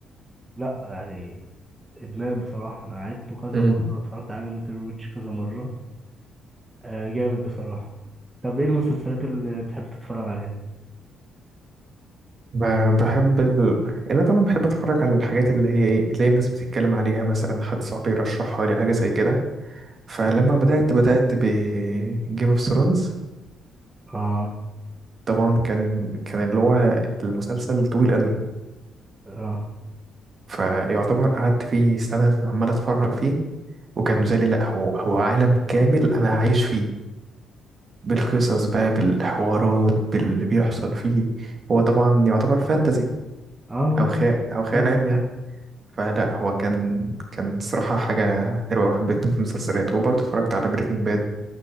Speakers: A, on the right; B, on the right.
A: لا يعني ادمان بصراحة انا عيدته كذا
B: امم
A: مرة اتفرجت عليه من تيري ويتش كذا مرة آه جامد بصراحة طب ايه المسلسلات اللي بتحب تتفرج عليها؟
B: ب- بحب ال... انا طبعا بحب اتفرج على الحاجات اللي هي ايه اللي هي الناس بتتكلم عليها مثلا حد صاحبي يرشحها لي حاجه زي كده فلما بدأت بدأت ب Game اوف ثرونز
A: اه
B: طبعا كان كان اللي هو المسلسل طويل قوي
A: اه
B: فيعتبر قعدت فيه سنة عمال اتفرج فيه وكان بالنسبة لي لا هو هو عالم كامل انا هعيش فيه بالقصص بقى بالحوارات باللي بيحصل فيه هو طبعا يعتبر فانتزي
A: اه ما
B: او
A: فهمت.
B: خيال او خيال
A: اه
B: علمي يعني فلا هو كان كان صراحة حاجة حلوة وحبيتهم في المسلسلات وبرضه اتفرجت على بريكنج باد